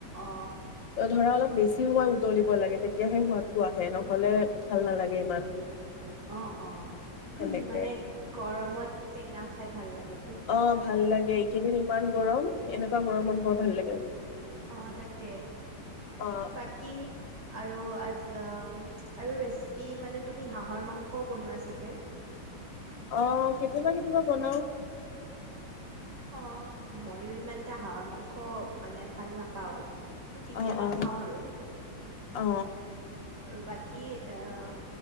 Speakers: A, on the right; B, on the left.
A: অ
B: ধৰা অলপ
A: তাকে
B: বেছি সময় উতলিব লাগে তেতিয়াহে সোৱাদটো আহে নহলে ভাল নালাগে ইমান
A: অ অ
B: সেনেকে
A: মানে কৰ মত টেঙা খাই ভাল লাগে
B: অ ভাল লাগে এইকেইদিন ইমান গৰম এনেকুৱা গৰমত বৰ ভাল লাগে
A: অ তাকে
B: অ
A: বাকী আৰু আজ আৰু ৰেচিপি মানে তুমি হাঁাহৰ মাংসও বনোৱা চাগে
B: অ কেতিয়াবা কেতিয়াবা বনাও
A: অ ময়ো ইমানটা হাহৰ মাংস মানে ভাল নাপাও কেতিয়াবা
B: অ অ
A: খাও আৰু
B: অ
A: আৰু বাকী আহ